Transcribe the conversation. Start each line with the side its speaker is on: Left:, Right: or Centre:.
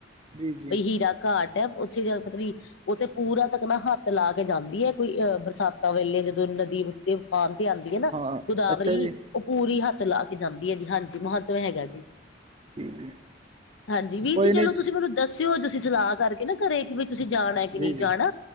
Right: ਜੀ ਜੀ
Left: ਬਈ ਹੀਰਾ ਘਾਟ ਹੈ, ਉੱਥੇ ਜਾਕੇ ਪਤਾ ਨੀ ਉੱਥੇ ਪੂਰਾ ਤੱਕ ਨਾ ਹੱਥ ਲਾ ਕੇ ਜਾਂਦੀ ਹੈ ਕੋਈ ਅਹ ਬਰਸਾਤਾਂ ਵੇਲੇ ਜਦੋਂ ਨਦੀ ਤੇ ਤੂਫਾਨ ਤੇ ਆਂਦੀ ਹੈ ਨਾ
Right: ਹਾਂ
Left: ਗੋਦਾਵਰੀ,
Right: ਅੱਛਾ ਜੀ
Left: ਉਹ ਪੂਰੀ ਹੱਥ ਲਾ ਕੇ ਜਾਂਦੀ ਹੈ ਜੀ, ਹਾਂਜੀ ਮੋਹ ਤੇ ਹੈਗਾ ਜੀ,
Right: ਜੀ ਜੀ
Left: ਹਾਂਜੀ ਵੀਰ
Right: ਕੋਈ
Left: ਜੀ
Right: ਨਹੀਂ
Left: ਚਲੋ ਤੁਸੀਂ ਮੈਨੂੰ ਦੱਸਿਓ ਤੁਸੀਂ ਸਲਾਹ ਕਰਕੇ ਨਾ ਘਰੇ ਕਿ ਬਈ ਤੁਸੀਂ ਜਾਣਾ। ਹੈ ਨਹੀਂ
Right: ਜੀ ਜੀ
Left: ਜਾਣਾ,